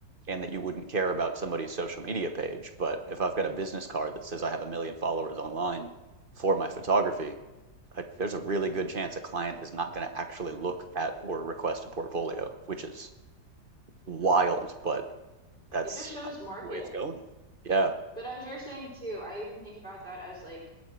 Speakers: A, on the right; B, on the left.
A: and that you wouldn't care about somebody's social media page. But if I've got a business card that says I have a million followers online for my photography, I, there's a really good chance a client is not going to actually look at or request a portfolio, which is wild, but that's
B: It just shows marketing.
A: the way it's going. Yeah.
B: But as you're saying too, I even think about that as like